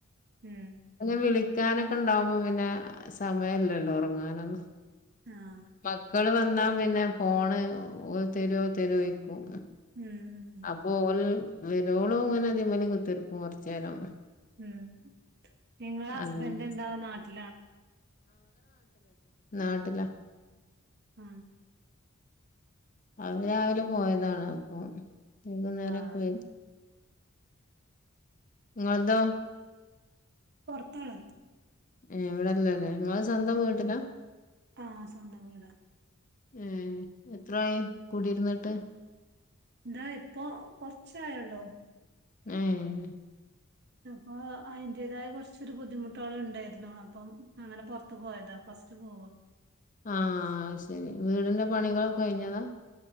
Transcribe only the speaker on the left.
അ വിളിക്കാനോ ണ്ടുമ്പോ പിന്നെ സമയല്ലല്ലോ ഉറങ്ങ നെന്നും
മക്കള് ന്നാ പിന്നെ ഫോണ് തരോ തരോ ചോ അ
അപ്പൊ ഒൽ വെരോളും ഇങ്ങനെ അതേപേലെ കുത്തിരുക്കും കുറച്ചുേരം
അങ്ങനെ
നാട്ടിലാ
അവര് രാവി വൈകുന്നേരൊക്കെ
ഇങ്ങള്തോ
ഏ ഇവിടെല്ലല്ലേ നിങ്ങൾ സ്വന്തം വീട്ടിലാ
ഏ എത്രായി കൂടിയിരുന്നിട്ട്
ഉം
ആ അയ് ശരി വീടിന്റെ പണികളൊക്കെ കഴിഞ്ഞതാ